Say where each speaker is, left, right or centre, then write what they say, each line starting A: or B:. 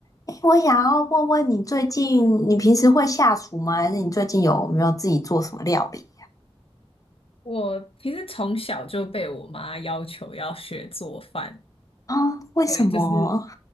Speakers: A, on the left (about 35°); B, on the left (about 60°).
A: 诶我想要问问你，最近你平时会下厨吗？还是你最近有没有自己做什么料理
B: 我其实从小就被我妈要求要学做饭，
A: 啊？为什么？
B: 对，就是